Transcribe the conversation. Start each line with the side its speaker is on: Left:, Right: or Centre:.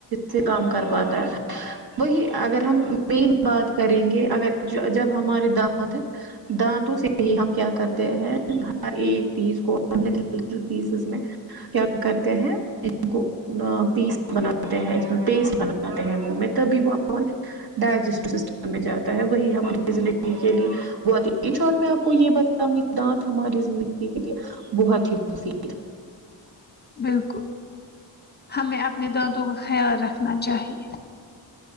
Right: سے کام کر پاتا ہے وہی اگر ہم مین بات کریں گے اگر ج جب ہمارے دانت ہے دانتوں سے ہی ہم کیا کرتے ہیں ہر ایک پیس کو <unintelligible> پیسز میں کیا کرتے ہیں ان کو نا پیس بناتے ہیں اس میں پیسٹ بناتے ہیں منہ میں تبھی وہ بائل ڈائجسٹیو سسٹم میں جاتا ہے وہی ہماری زندگی کے لیے بہت ہی ان شارٹ میں آپ کو یہ بتا دے دانت ہماری زندگی کے لیے بہت ہی مفید
Left: بالکل ہمیں اپنے دانتوں کا خیال رکھنا چاہیے